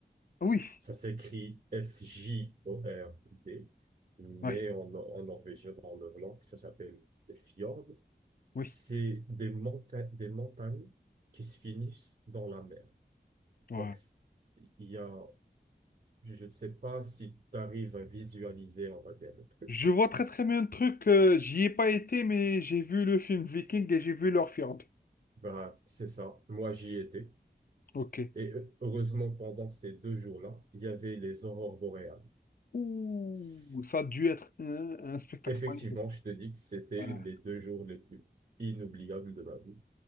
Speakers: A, on the left; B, on the right.
A: Ah Oui,
B: Ça s'écrit F-J-O-R-D, mais
A: ouais,
B: en, en norvégien, dans leur langue, ça s'appelle des fjords.
A: oui.
B: C'est des montagnes, des montagnes qui se finissent dans la mer.
A: ouais.
B: Donc, il y a, je ne sais pas si tu arrives à visualiser, on va dire, le truc.
A: Je vois très très bien le truc. euh, j'y ai pas été, mais j'ai vu le film Viking et j'ai vu leur fjord.
B: Bah, c'est ça. Moi, j'y étais.
A: Ok.
B: Et euh, heureusement, pendant ces deux jours-là, il y avait les aurores boréales.
A: Ouh,
B: C'est-
A: ça a dû être un, un spectacle
B: Effectivement,
A: magnifique.
B: je te dis que c'était
A: Voilà,
B: les deux jours les plus inoubliables de ma vie.